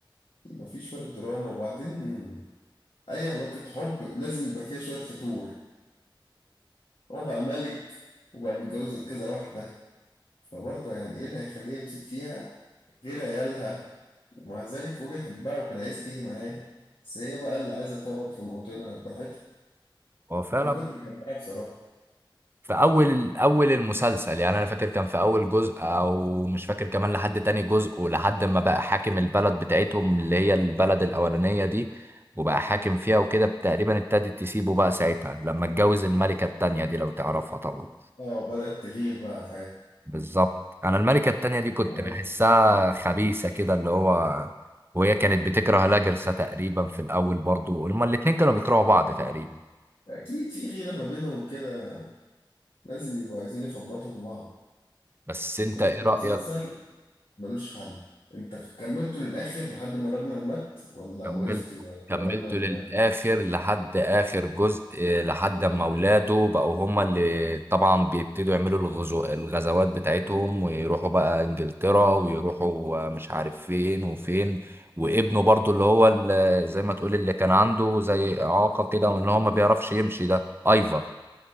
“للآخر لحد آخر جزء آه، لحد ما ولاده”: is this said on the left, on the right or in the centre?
Right